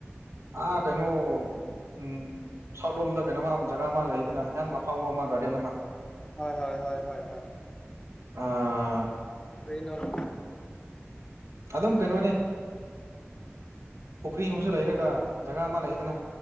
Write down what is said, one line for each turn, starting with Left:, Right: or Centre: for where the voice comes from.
Right: ꯑꯥ ꯀꯩꯅꯣ ꯎ ꯁꯥꯎꯠ ꯂꯣꯝꯗ ꯀꯩꯅꯣꯃ ꯖꯒꯥ ꯑꯃ ꯂꯩꯗꯅ ꯌꯥꯝ ꯑꯐꯥꯎꯕ ꯑꯃꯒ ꯀꯅꯃ
Left: ꯍꯣꯏ ꯍꯣꯏ ꯍꯣꯏ ꯍ
Right: ꯑꯥ
Left: ꯇꯔꯤꯅꯔ
Right: ꯑꯗꯨꯝ ꯀꯩꯅꯣꯅꯦ ꯄꯨꯈ꯭ꯔꯤꯒꯨꯝꯁꯨ ꯂꯩꯔꯒ ꯖꯒꯥ ꯑꯃ ꯂꯩꯗꯅ